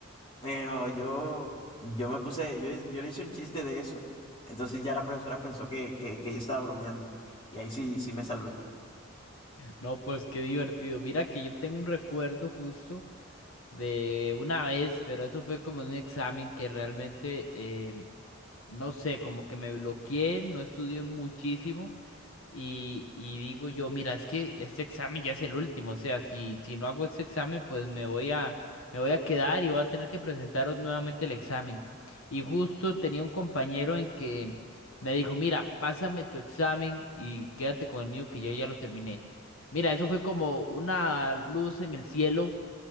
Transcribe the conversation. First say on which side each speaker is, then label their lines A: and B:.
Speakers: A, on the left; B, on the left.
A: Pero yo, yo me puse, yo, yo le hice un chiste de eso, entonces ya la profesora pensó que, que, que yo estaba bromeando y ahí sí, sí me salvé.
B: No, pues qué divertido. Mira que yo tengo un recuerdo justo de una vez, pero eso fue como un examen que realmente eh, no sé, como que me bloqueé, no estudié muchísimo y, y digo yo, mira, es que este examen ya es el último, o sea, si, si no hago este examen, pues me voy a, me voy a quedar y voy a tener que presentar o- nuevamente el examen. Y justo tenía un compañero en que me dijo, mira, pásame tu examen y quédate con el mío que yo ya lo terminé. Mira, eso fue como una luz en el cielo